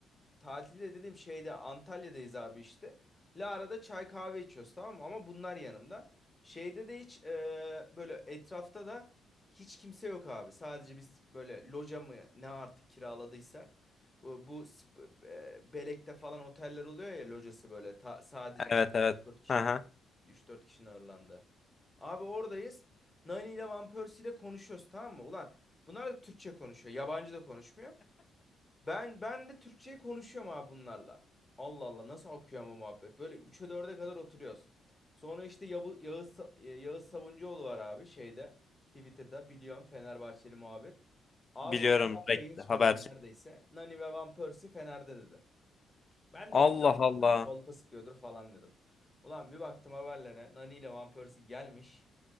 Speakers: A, on the left; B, on the left.
A: Tatilde dedim şeyde Antalya'dayız abi işte. Lara'da çay kahve içiyoruz tamam mı? Ama bunlar yanımda. Şeyde de hiç e, böyle etrafta da hiç kimse yok abi. Sadece biz böyle loca mı ne artık kiraladıysak. Bu, bu sp- e, Belek'te falan oteller oluyor ya locası böyle ta- sadece
B: Evet
A: işte
B: evet.
A: 3-4 kişilik
B: Hı hı.
A: üç dört kişinin ağırlandığı. Abi oradayız. Nani ile Van Persie ile konuşuyoruz tamam mı? Ulan bunlar da Türkçe konuşuyor. Yabancı da konuşmuyor. Ben ben de Türkçeyi konuşuyorum abi bunlarla. Allah Allah nasıl akıyor ama muhabbet. Böyle 3'e dörde kadar oturuyoruz. Sonra işte Yabu- Yağız, Sa- e, Yağız Sabuncuoğlu var abi şeyde Twitter'da biliyorum Fenerbahçeli muhabir. Abi
B: Biliyorum
A: o bir hafta
B: Rek-
A: geçmeden
B: haberci.
A: neredeyse Nani ve Van Persie Fener'de dedi. Ben
B: Allah
A: de inanmadım
B: Allah.
A: hani kolpa sıkıyordur falan dedim. Ulan bir baktım haberlere Nani ile Van Persie gelmiş.